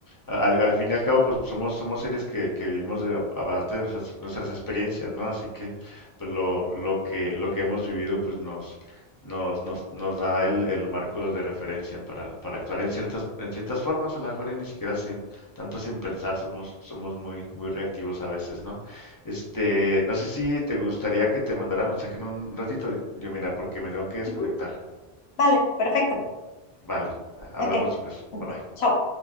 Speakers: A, on the left; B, on the left.
A: al, al fin y al cabo, pues somos, somos seres que, que vivimos de, a base de nuestras, nuestras experiencias, ¿no? Así que pues lo, lo que, lo que hemos vivido, pues nos, nos, nos, nos da el, el marco de referencia para, para actuar en ciertas, en ciertas formas, a lo mejor y ni siquiera sin, tanto sin pensar, somos, somos muy, muy reactivos a veces, ¿no? Este, no sé si te gustaría que te mandara mensaje en un ratito, yo mira, porque me tengo que
B: <laughs>
A: desconectar.
B: Vale, perfecto.
A: Vale, hablamos
B: Ok,
A: después.
B: Ok,
A: Bye bye.
B: chao.